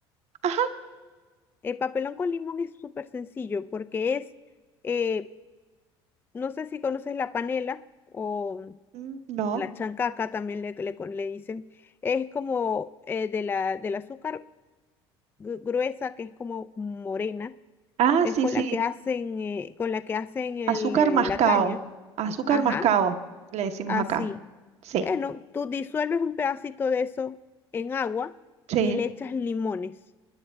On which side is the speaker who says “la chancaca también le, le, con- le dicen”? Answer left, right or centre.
Left